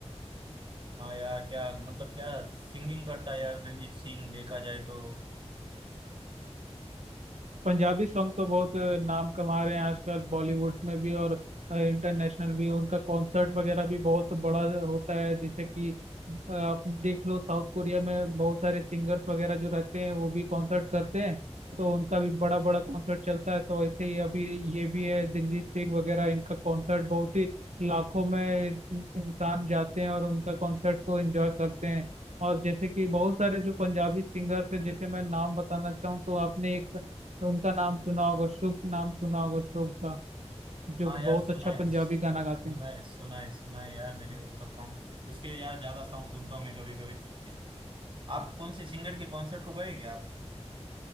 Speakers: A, on the right; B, on the right.
A: हाँ यार क्या मतलब क्या सिंगिंग करता है यार दिलजीत सिंह देखा जाए तो
B: पंजाबी सॉन्ग तो बहुत अ, नाम कमा रहे हैं आजकल बॉलीवुड में भी और इंटरनेशनल भी उनका कॉन्सर्ट वगैरह भी बहुत बड़ा होता है जैसे कि अ, आप देख लो साउथ कोरिया में बहुत सारे सिंगर्स वगैरह जो रहते हैं वो भी कॉन्सर्ट करते हैं तो उनका भी बड़ा बड़ा कॉन्सर्ट चलता है तो ऐसे ही अभी ये भी है दिलजीत सिंह वगैरह इनका कॉन्सर्ट बहुत ही लाखों में इंसान जाते हैं और उनका कॉन्सर्ट को एंजॉय करते हैं और जैसे कि बहुत सारे जो पंजाबी सिंगर्स हैं जैसे मैं नाम बताना चाहूँ तो आपने एक तो उनका नाम सुना होगा शुभ नाम सुना होगा शुभ का जो
A: हाँ
B: बहुत
A: यार सुना
B: अच्छा
A: है
B: पंजाबी
A: सुना
B: गाना गाते हैं
A: है सुना है सुना है यार मैंने उसका सॉन्ग उसके यार ज्यादा सॉन्ग सुनता हूँ मैं कभी कभी आप कौन से सिंगर के कॉन्सर्ट को गए क्या आप